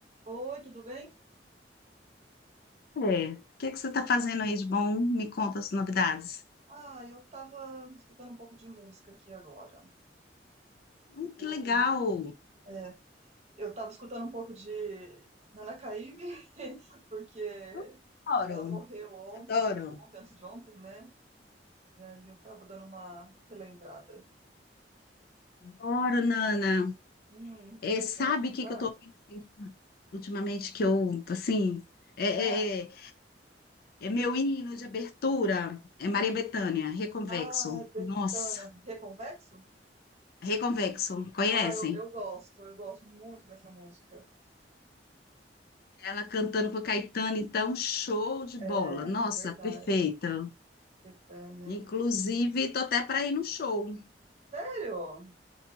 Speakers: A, on the right; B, on the left.
A: Oi, tudo bem?
B: É. O que é que você está fazendo aí de bom? Me conta as novidades.
A: Ah, eu tava escutando um pouco de música aqui agora.
B: Ai,
A: Eu,
B: que legal!
A: é, eu tava escutando um pouco de Nana Caymmi, <laughs> porque
B: Eu Adoro,
A: ela morreu ontem,
B: adoro.
A: ontem, antes de ontem, né? E aí eu tava dando uma relembrada.
B: Adoro, Nana.
A: Hum,
B: É,
A: que legal.
B: sabe o que
A: Ah,
B: que eu estou ouvindo assim, ultimamente que eu, assim, é, é,
A: ah,
B: é- é meu hino de abertura. É Maria Bethânia, Reconvexo.
A: ah, Bethânia,
B: Nossa,
A: Reconvexo?
B: Reconvexo, conhece?
A: Ah, eu, eu gosto, eu gosto muito dessa música.
B: Ela cantando pro Caetano, então, show de
A: É,
B: bola.
A: é
B: Nossa,
A: verdade,
B: perfeita.
A: Bethânia.
B: Inclusive, tô até para ir no show.
A: Sério?